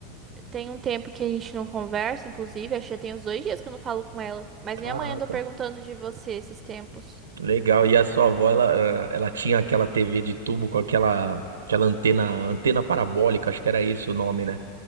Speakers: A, on the right; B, on the right.
A: tem um tempo que a gente não conversa, inclusive, acho que já tem uns dois dias que eu não falo com ela. Mas
B: Caraca.
A: minha mãe andou perguntando de você esses tempos.
B: Legal. E a sua avó, ela, eh, ela tinha aquela TV de tubo com aquela, aquela antena, antena parabólica, acho que era esse o nome, né?